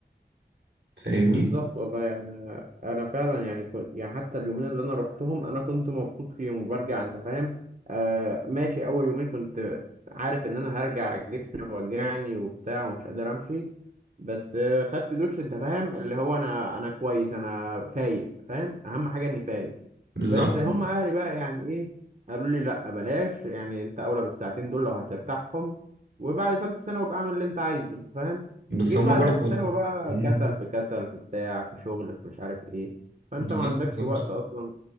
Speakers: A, on the right; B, on the right.
A: فاهمني
B: بالظبط والله يعني انا فعلا يعني كنت يعني حتى اليومين اللي انا روحتهم انا كنت مبسوط فيهم وبرجع انت فاهم آه ماشي اول يومين كنت عارف ان انا هرجع جسمي وجعني وبتاع ومش قادر امشي بس آه خدت دش انت فاهم اللي هو انا انا كويس انا فايق فاهم اهم حاجه اني فايق
A: بالظبط
B: بس هم اهلي بقى يعني ايه قالوا لي لا بلاش يعني انت اولى بالساعتين دول لو هترتاحهم وبعد ثالث سنه وابقى اعمل اللي انت عايزه انت فاهم
A: بس
B: جيت
A: هما
B: بعد
A: برضو
B: ثالثة ثانوي بقى
A: مم.
B: كسل في كسل في بتاع في شغل في مش عارف ايه فانت
A: بالظبط
B: ما عندكش
A: بالظبط
B: وقت اصلا